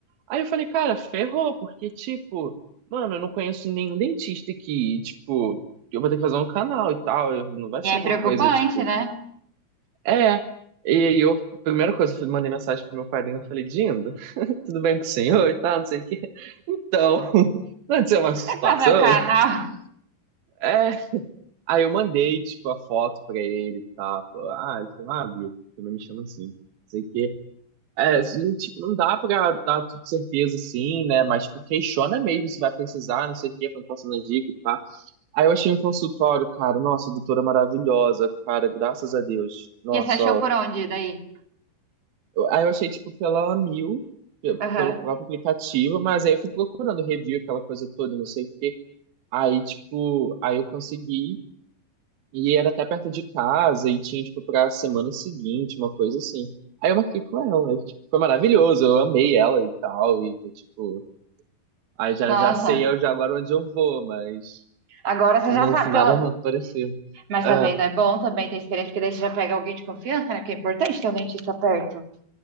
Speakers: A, on the right; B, on the right.
A: Aí eu falei, cara, ferrou, porque tipo, mano, eu não conheço nenhum dentista que, tipo, eu vou ter que fazer um canal e tal, eu- não vai ser
B: E é
A: uma
B: preocupante,
A: coisa, tipo,
B: né?
A: é. E aí eu, primeira coisa, eu mandei mensagem pro meu padrinho, eu falei, Dindo, <laughs> tudo bem com o senhor e tal, não sei o quê. Então, <laughs> não aconteceu uma situação?
B: Tem que fazer o canal.
A: É. Aí eu mandei, tipo, a foto pra ele e tal. Falou, ah, ele falou, ah, viu, também me chama assim, não sei o quê. É, assim, tipo, não dá pra dar tudo certeza assim, né? Mas, tipo, questiona mesmo se vai precisar, não sei o quê, pra passando as dicas e pá. Aí eu achei um consultório, cara, nossa, doutora maravilhosa, cara, graças a Deus. Nossa,
B: E você achou por onde daí?
A: Eu- Aí eu achei, tipo, pela Mil, pe-
B: Aham.
A: pelo próprio aplicativo, mas aí eu fui procurando review, aquela coisa toda, não sei o quê. Aí, tipo, aí eu consegui, e era até perto de casa, e tinha, tipo, pra semana seguinte, uma coisa assim. Aí eu marquei com ela, aí, tipo, foi maravilhoso, eu amei ela e tal, e, tô, tipo, aí já,
B: Nossa,
A: já sei eu já agora onde eu vou, mas
B: agora você
A: não
B: já sabe
A: foi
B: pela...
A: nada parecido.
B: Mas
A: É,
B: tá vendo, é bom também ter experiência, porque daí você já pega alguém de confiança, né? Porque é importante ter um dentista perto.